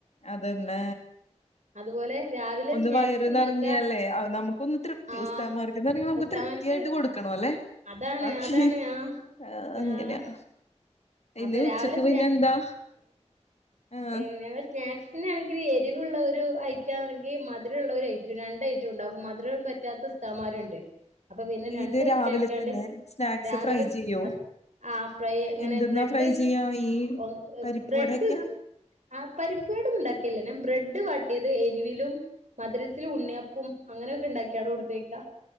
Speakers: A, on the left (about 65°); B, on the right (about 85°).
A: അതന്നേ
B: അതുപോലെ രാവിലെ
A: ഒന്ന്
B: സ്നാക്സ്
A: വയറ്
B: ഇണ്ടാക്ക
A: നിറഞ്ഞല്ലേ അ നമുക്കൊന്ന് തൃപ്തി
B: ആഹ്
A: ഉസ്താമാർ <unintelligible> നമുക്ക്
B: ഉസ്താമാർക്ക്
A: തൃപ്തി ആയിട്ട് കൊടുക്കണം അല്ലെ
B: അതാണ്
A: ബാക്കി
B: അതാണ് ആഹ്
A: ആ അങ്ങനെയാണ്
B: ആഹ്
A: ഇനി
B: അപ്പൊ
A: ഉച്ചക്ക്
B: രാവിലെ
A: പിന്നെ എന്താ ആഹ്
B: ഏഹ് ഞങ്ങൾ സ്നാക് പിന്നെയാണെങ്കിൽ എരിവുള്ള ഒരു ഐറ്റം ആണെങ്കി മധുരള്ളൊരു ഐറ്റം രണ്ട് ഐറ്റം ഉണ്ടാകും മധുരം പറ്റാത്ത ഉസ്താമാര്ണ്ട് അപ്പൊ പിന്നെ രണ്ട്
A: ഇത് രാവിലെ
B: ഐറ്റയ്ക്കാണ്ട്
A: തന്നെ സ്നാക്സ്
B: രാവിലെ
A: ഫ്രൈ ചെയ്യോ
B: ആ ഫ്രൈ ഇങ്ങനെ
A: എന്തെന്നാ
B: ബ്രെഡ്
A: ഫ്രൈ ചെയ്യാ ഈ
B: <unintelligible>
A: പരിപ്പ്
B: ബ്രെഡ്
A: വടയൊക്കെയാ
B: ആ പരിപ്പ്വട ഉണ്ടാക്കിൽല്ല ബ്രെഡ് വാട്ടിയത് എരിവിലും മധുരത്തിൽ ഉണ്ണിയപ്പം അങ്ങനെയൊക്കെ ഉണ്ടാക്കിയാണ് കൊടുത്തേക്കാ